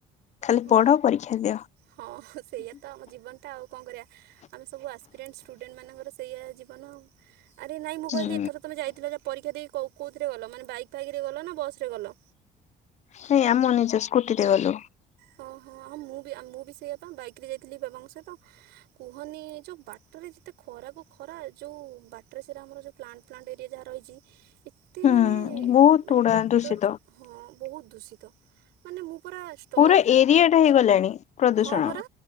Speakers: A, on the left (about 45°); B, on the right (about 85°).
A: ଖାଲି
B: ହଁ
A: ପଢ ପରୀକ୍ଷା ଦିଅ।
B: ହଁ ସେଇଆା ତ ଆମ ଜୀବନ। ତା ଆଉ କଣ କରିବା ଆମେ ସବୁ ଆକ୍ସପିରିଏନ୍ସ ଷ୍ଟୁଡେଣ୍ଟ ମାନଙ୍କର ସେଇଆ ଜୀବନ। ଆରେ ନାଇଁ ମୁଁ କହିଲି
A: ହୁଁ
B: ଏଥର ତୁମେ ଯାଇଥିଲ ଯେ ପରୀକ୍ଷା ଦେଇ କୋଉଥିରେ ଗଲ ମାନେ ବାଇକ୍ ଫାଇକେ ଗଲ ନା ବସରେ ଗଲ?
A: ସେଇଆମ ନିଜ ସ୍କୁଟିରେ ଗଲୁ।
B: ହଁ ହଁ ହଁ ମୁଁ ବି ମୁଁ ବି ସେଇପା ବାଇକରେ ଯାଇଥିଲି ବାବାଙ୍କ ସହିତ। କୁହନି ଯୋଉ ବାଟରେ ଯେତେ ଖରାକୁ ଖରା ଯୋଉ ବାଟ। ବାଟରେ ସେଟା ଆମର ଯୋଉ ପ୍ଲାଣ୍ଟ ପ୍ଲାଣ୍ଟ ଏରିଆ ଯାହା ରହିଚି ଏତେ
A: ହୁଁ
B: ମାନେ
A: ବହୁତ
B: ମାନେ
A: ଗୁଡା
B: କଦର୍ଯ
A: ଦୂଷିତ।
B: ହଁ ବୋହୁତ ଦୂଷିତ ମାନେ ମୁଁ ପୁରା ଷ୍ଟଲ୍
A: ପୁରା ଏରିଆ ଟା ହେଇଗଲାଣି। ପ୍ରଦୂଷଣ।
B: ହଁ ପରା